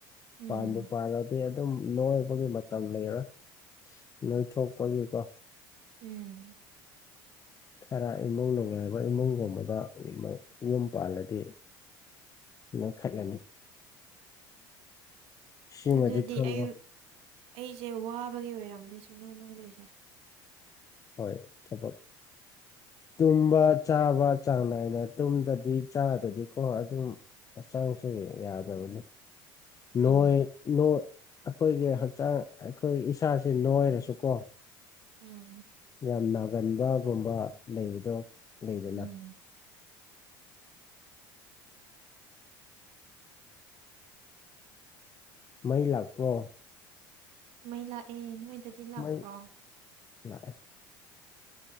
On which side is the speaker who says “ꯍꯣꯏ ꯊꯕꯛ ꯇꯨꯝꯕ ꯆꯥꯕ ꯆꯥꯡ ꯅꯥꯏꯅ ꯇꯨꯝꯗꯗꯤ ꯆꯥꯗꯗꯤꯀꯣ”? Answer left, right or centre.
Left